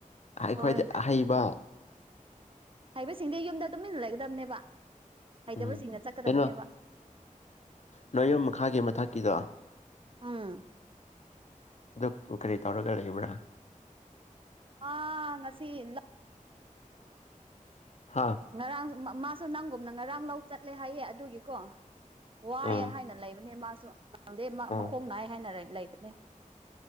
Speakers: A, on the left; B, on the right.
A: ꯑꯩ
B: ꯍꯣꯏ
A: ꯈ꯭ꯋꯥꯏꯗꯤ ꯍꯍꯩꯕ
B: ꯍꯥꯏꯕꯁꯤꯡꯗꯤ ꯌꯨꯝꯗ ꯇꯨꯃꯤꯟꯅ ꯂꯩꯒꯗꯕꯅꯦꯕ ꯍꯩꯇꯕꯁꯤꯡꯅ
A: ꯎꯝ
B: ꯆꯠꯀꯗꯕꯅꯦꯕ
A: ꯀꯩꯅꯣ ꯅ ꯌꯨꯝ ꯃꯈꯥꯒꯤ ꯃꯊꯛꯀꯤꯗꯣ
B: ꯎꯪ
A: ꯑꯗꯨ ꯀꯔꯤ ꯇꯧꯔꯒ ꯂꯩꯕ꯭ꯔꯥ
B: ꯑ ꯉꯁꯤ ꯂꯛ <unintelligible>
A: ꯍꯥꯥ
B: ꯉꯔꯥꯡ ꯃꯥꯁꯨ ꯅꯪꯒꯨꯝꯅ ꯉꯔꯥꯡ ꯂꯧ ꯆꯠꯂꯦ ꯍꯥꯏꯌꯦ ꯑꯗꯨꯒꯤꯀꯣ ꯋꯥꯏꯑ
A: ꯑꯥ
B: ꯍꯥꯏꯅ ꯂꯩꯕꯅꯦ ꯃꯥꯁꯨ ꯉꯗꯦ
A: ꯑꯥ
B: ꯃꯈꯣꯡ ꯅꯥꯏ ꯍꯥꯏꯅ ꯂꯩꯕꯅꯦ